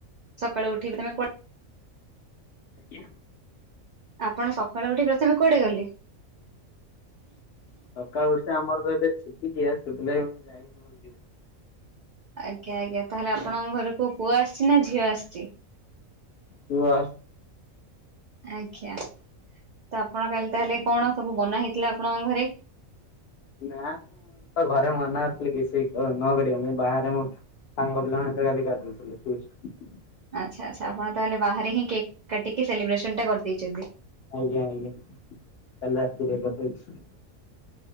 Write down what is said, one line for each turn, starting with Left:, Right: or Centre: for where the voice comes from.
Right: ସକାଳୁ ଉଠିବି ତମେ କୁ
Left: ଆଜ୍ଞା
Right: ଆପଣ ସକାଳୁ ଉଠିକି ପ୍ରଥମେ କୁଆଡେ ଗଲେ?
Left: ସକାଳୁ ଉଠସା ଆମର ତ ଏବେ ଛୁତିକିିଆ, ସେଥି ଲାଗି ମୁଁ ଯାଇନି ମନ୍ଦିର।
Right: ଆଜ୍ଞା ଆଜ୍ଞା, ତାହେଲେ ଆପଣଙ୍କ ଘରେ କୋଉ ପୁଅ ଆସିଛି ନା ଝିଅ ଆସିଛି?
Left: ପୁଅ।
Right: ଆଜ୍ଞା। ତ ଆପଣ କାଲି ତାହେଲେ, କଣ ସବୁ ବନା ହେଇଥିଲା ଆପଣଙ୍କ ଘରେ?
Left: ନା-ଆଁ ତ ଘରେ ମନାକରଥିଲି, କିଛି ନ କରିମାକୁ। ମୁଁ ଏଇ ବାହାରେ ମୁଁ ସାଙ୍ଗ ପିଲାଙ୍କ ସହିତ କାଲି କରଦେଇଥିଲି ଫିଷ୍ଟ।
Right: ଆଚ୍ଛା ଆଚ୍ଛା, ଆପଣ ତାହେଲେ ବାହାରେ ହିଁ କେକ୍ କାଟିକି, ସେଲିବ୍ରେସନ ଟା କରିଦେଇଛନ୍ତି।
Left: ଆଜ୍ଞା ଆଜ୍ଞା କାଲି ରାତିରେ କରଦେଇଛି।